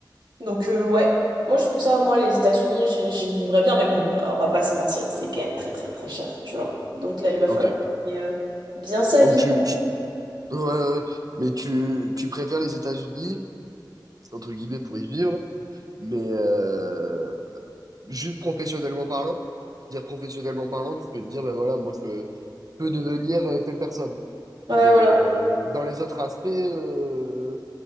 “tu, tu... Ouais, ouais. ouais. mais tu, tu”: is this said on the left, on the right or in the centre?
Right